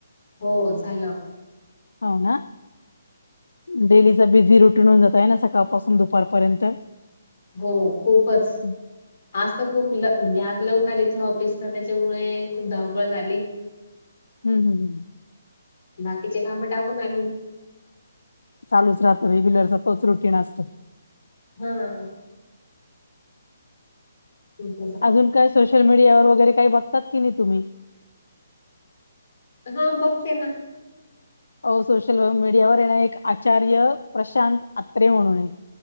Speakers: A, on the left; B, on the left.
A: हो झालं
B: हो ना डडेली बिझ ून जात आहे ना सकाळपसून दुपारपर्यंत
A: हो खूपच
B: हम्म
A: आज तर खूप ल म्हणजे आज लोक आली इथ ऑफिसला त्याच्यामुळे खूप धावपळ झाली
B: हम् हम् हम्
A: बाकीचे काम टाकून आली म
B: चालूच राहं रेग्युलर तोच रुटीन असतं
A: हा ह
B: अजून काय सोशल मीडिया वगैरे काही बघात की नाही तुम्ही
A: हा बघतेना
B: अ सोशल मीडियावर येणार एक आचार्य प्रशांत आत्रे म्हणून एक